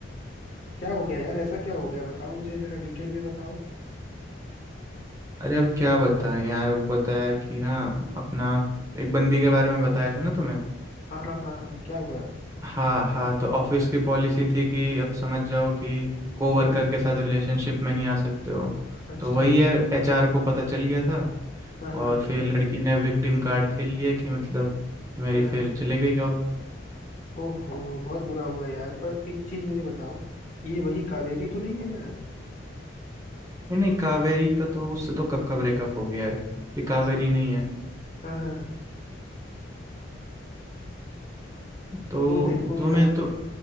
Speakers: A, on the left; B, on the right.
A: क्या हो गया यार ऐसा क्या हो गया बताओ मुझे जरा डिटेल में बताओ
B: अरे अब क्या बताएं यार वो बताया कि ना अपना एक बंदी के बारे में बताया था ना तुम्हें
A: हाँ हाँ हाँ हाँ क्या हुआ
B: हाँ हाँ तो ऑफिस की पॉलिसी थी कि अब समझ जाओ कि कोवर्कर
A: हाँ हाँ
B: के साथ रिलेशनशिप में नहीं आ सकते हो
A: अच्छा
B: तो वही है एचआर को पता चल गया था
A: हाँ हाँ
B: और फिर लड़की ने विक्टिम कार्ड खेल लिया कि मतलब मेरी
A: हाँ
B: फिर
A: हाँ
B: चले गई जॉब
A: ओहो बहुत बुरा हुआ यार पर एक चीज मुझे बताओ ये वही कावेरी तो नहीं है यार
B: नहीं नहीं कावेरी का तो उससे तो कब का ब्रेकअप हो गया है ये कावेरी
A: अच्छा
B: नहीं है
A: हाँ हाँ
B: तो
A: तो देखो
B: तुम्हें
A: यार
B: तो